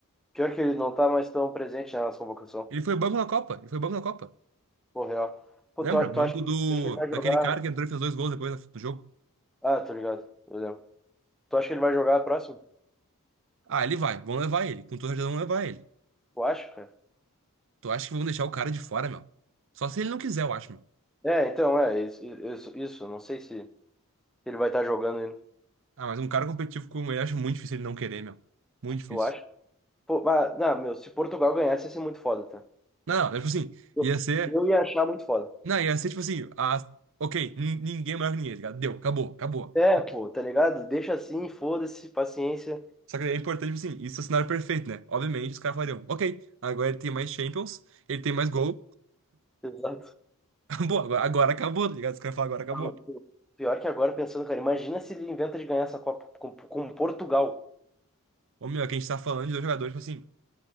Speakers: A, in the centre; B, on the right (about 60°).
A: Pior que ele não tá mais tão presente na nossa convocação.
B: Ele foi banco na Copa. Ele foi banco na Copa.
A: Pô, real. Pô,
B: Lembra?
A: tu,
B: Banco
A: tu acha que,
B: do
A: tu acha que ele vai jogar?
B: daquele cara que entrou e fez dois gols depois do jogo.
A: Ah, tô ligado, eu lembro. Tu acha que ele vai jogar a próxima?
B: Ah, ele vai. Vão levar ele. Com toda certeza vão levar ele.
A: Tu acha, cara?
B: Tu acha que vão deixar o cara de fora, meu? Só se ele não quiser, eu acho, meu.
A: É, então, é, isso, isso, isso, não sei se ele vai estar jogando ainda.
B: Ah, mas um cara competitivo como ele, acho muito difícil ele não querer, meu. Muito difícil.
A: Tu acha? Pô, ah, não, meu, se Portugal ganhasse ia ser muito foda, tá?
B: Não, não, tipo assim,
A: Eu,
B: ia ser.
A: eu ia achar muito foda.
B: Não, ia ser tipo assim, a, ok, nin- ninguém é maior que ninguém, tá ligado? Deu, acabou, acabou.
A: É, pô, tá ligado? Deixa assim, foda-se, paciência.
B: Só que é importante, tipo assim, isso é o cenário perfeito, né? Obviamente, os caras falariam, ok, agora ele tem mais Champions, ele tem mais gol,
A: Exato.
B: <laughs> acabou, agora, agora acabou, tá ligado? Os caras falam, agora acabou.
A: Ah, mas, pô, Pior que agora, pensando, cara, imagina se ele inventa de ganhar essa Copa com, com Portugal.
B: Ô meu, é que a gente tá falando de dois jogadores, tipo assim,